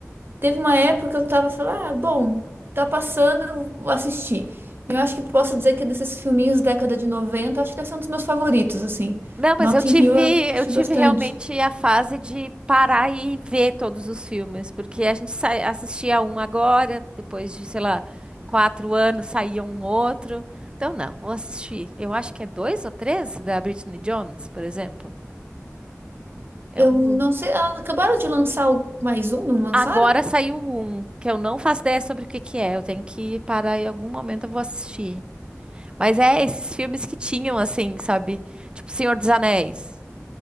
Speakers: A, on the right; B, on the right.
A: Teve uma época que eu tava falando, ah, bom, tá passando, eu vou assistir. E eu acho que posso dizer que desses filminhos da década de 90, acho que esse é um dos meus favoritos, assim.
B: Não, mas
A: Notting
B: eu tive,
A: Hill eu assisti
B: eu tive
A: bastante.
B: realmente a fase de parar e ver todos os filmes, porque a gente sai- assistia um agora, depois de, sei lá, quatro anos saía um outro. Então, não, vou assistir. Eu acho que é dois ou três da Britney Jones, por exemplo. É
A: Eu
B: um.
A: não sei, ah, acabaram de lançar o- mais um, não lançaram?
B: Agora saiu um que eu não faço ideia sobre o que que é. Eu tenho que parar em algum momento eu vou assistir. Mas é esses filmes que tinham assim, sabe? Tipo Senhor dos Anéis.